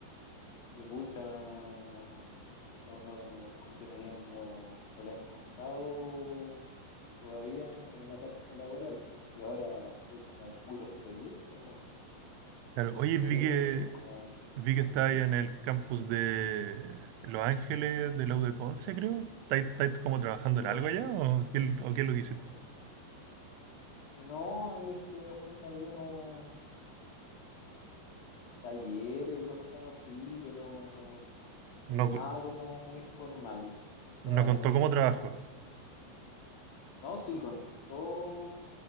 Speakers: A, on the left; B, on the right.
A: y pucha, no, no, no, no, como que no le han, no, no le han encontrado todavía en, en la parte laboral, pues. Y ahora estoy como puros proyectos nomás,
B: Claro,
A: pero esos
B: oye,
A: proyectos
B: vi que
A: son como
B: Vi que está
A: ¿Mm?
B: ahí en el campus de Los Ángeles, de la U de Conce, creo. ¿Estáis estáis como trabajando
A: Ya.
B: en algo allá o qué, o qué es lo que hiciste?
A: No, ahí estuve haciendo algunos, talleres, cosas así, pero
B: No,
A: eh, nada
B: cu-
A: como muy formal. O sea,
B: no contó
A: lo más...
B: cómo trabajo.
A: No, sí, contó